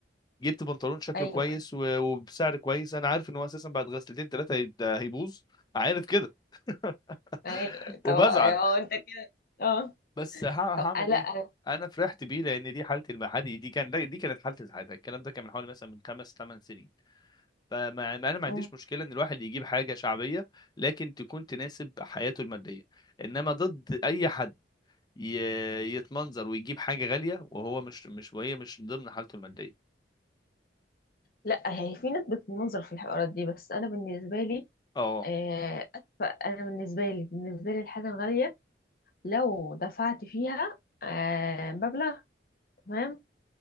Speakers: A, on the left; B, on the left.
A: جبت بنطلون شكله
B: ايوه
A: كويس و- وبسعر كويس انا عارف ان هو اساسا بعد غسلتين ثلاثه هيت- هيبوظ عارف كده <laughs>
B: ايوه
A: وبزعل
B: طب هو انت كده اه
A: بس هع- هعمل
B: طب آه، لا
A: ايه انا فرحت بيه لان دي حالتي المحلي دي كان دي كانت حالتي ساعتها الكلام ده كان من حوالي مثلا من خمس ثمان سنين فما ما انا ما
B: مم.
A: عنديش مشكله ان الواحد يجيب حاجه شعبيه لكن تكون تناسب حياته الماديه انما ضد اي حد ي- يتمنظر ويجيب حاجه غاليه وهو مش مش وهي مش ضمن حالته الماديه
B: لا هي في ناس بتنظر في الحوارات دي بس انا بالنسبة لي
A: اه
B: آه، أدفع أنا بالنسبة لي بالنسبة لي الحاجة الغالية لو دفعت فيها آه، مبلغ تمام